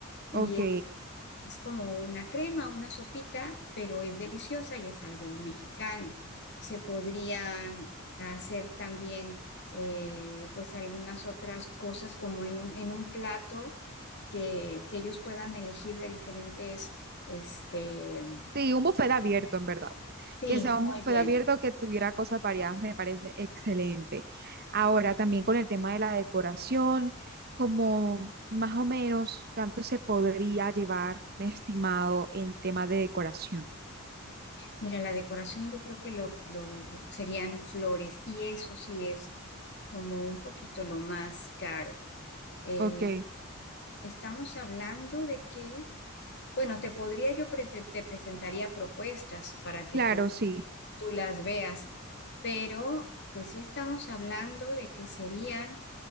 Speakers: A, on the left; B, on the right.
A: y
B: ok.
A: O- es, es como una crema, una sopita, pero es deliciosa y es algo mexicano. Se podrían hacer también, eh, pues, algunas otras cosas como en un, en un plato que, que ellos puedan elegir de diferentes, este,
B: Sí, un buffet abierto, en verdad.
A: sí,
B: Que sea
A: muy
B: un buffet
A: bien.
B: abierto que tuviera cosas variadas, me parece excelente. Ahora, también con el tema de la decoración, como más o menos cuánto se podría llevar un estimado en tema de decoración.
A: Mira, la decoración yo creo que lo, lo serían flores y eso sí es como un poquito lo más caro. Eh,
B: Ok,
A: estamos hablando de que, bueno, te podría yo prese- te presentaría propuestas para que
B: claro,
A: tú,
B: sí.
A: tú las veas, pero pues sí estamos hablando de que serían